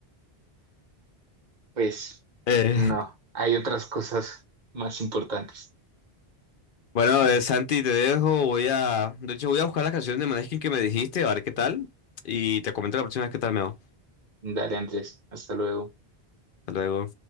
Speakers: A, on the right; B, on the left.
A: Pues
B: Eh,
A: no, hay otras cosas más importantes.
B: bueno, eh, Santi, te dejo. Voy a... De hecho, voy a buscar las canciones de Maneskin que me dijiste, a ver qué tal. Y te comento la próxima vez qué tal me va.
A: Dale, Andrés, hasta luego.
B: Hasta luego.